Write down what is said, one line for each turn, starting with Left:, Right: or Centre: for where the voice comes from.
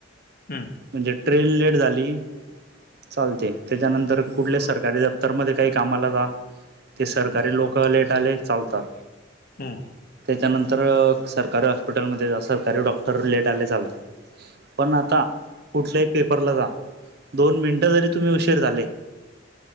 Left: हम्म...
Right: म्हणजे, ट्रेन लेट झाली. चालते. त्याच्यानंतर कुठल्या सरकारी दप्तरमध्ये काही कामाला जा. ते सरकारी
Left: हम्म,
Right: लोक लेट आले चालतात.
Left: हम्म.
Right: त्याच्यानंतर सरकारी हॉस्पिटलमध्ये जा सरकारी डॉक्टर लेट आले चालतात. पण आता कुठल्याही पेपरला जा दोन मिनिटं जरी तुम्ही उशीर झाले.